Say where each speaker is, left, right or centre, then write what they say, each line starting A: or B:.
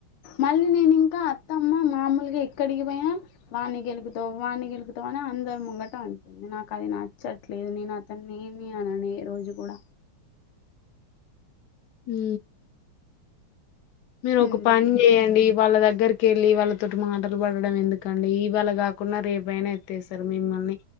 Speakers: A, on the left; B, on the left.
A: మళ్ళీ నేను ఇంకా అత్తమ్మ మామూలుగా ఎక్కడికి పోయినా వాణి గెలుకుతావు వాణి గెలుకుతావు అని అందరు ముంగట అంటంది నాకు అది నచ్చట్లేదు నేను అతన్ని ఏమి అననే రోజు కూడా
B: హు మీరు ఒక
A: ఉమ్
B: పని చేయండి వాళ్ళ దగ్గరికి వెళ్ళి వాళ్ళ తోటి మాటలు పడడం ఎందుకండి ఇవాళ గాకున్నా రేపయినా ఎత్స్తారు మిమ్మల్ని